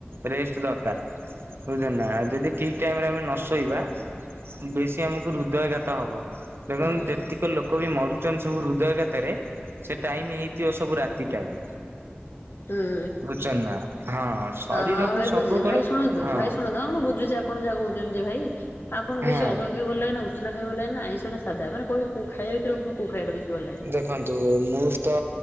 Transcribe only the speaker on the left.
ହୁଁ।
ହୁଁ ହଁ
ହଁ ଭାଇ
ବୁଝୁଛି ଭାଇ ଶୁଣନ୍ତୁ
ଭାଇ ଶୁଣନ୍ତୁ ହଁ ମୁଁ ବୁଝୁଛି ଆ ଆପଣ ଯାହା କହୁଛନ୍ତି ଯେ ଭାଇ ଆପଣ ବେଶୀ
ଅରୁଆ ଖାଇବାକୁ ଭଲ ଲାଗେ ନା ଉଷୁନା ଖାଇବାକୁ ଭଲ ଲାଗେ ଆଇଁଷ ନା ସାଧା ମାନେ କହିବେ କ ଖାଇବା ଭିତରେ କଉ ଖାଇବା ବେସି ଭଲ ଲାଗେ?